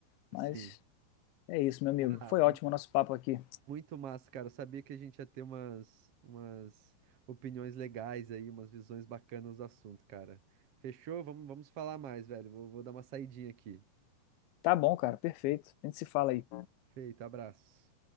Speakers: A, on the left; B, on the right.
A: Mas
B: sim.
A: é isso, meu amigo.
B: Ah,
A: Foi ótimo
B: mu-
A: o nosso papo aqui.
B: muito massa, cara. Eu sabia que a gente ia ter umas, umas opiniões legais aí, umas visões bacanas do assunto, cara. Fechou? Vamos, vamos falar mais, velho. Vou, vou dar uma saidinha aqui.
A: Tá bom, cara. Perfeito. A gente se fala aí.
B: Feito, abraço.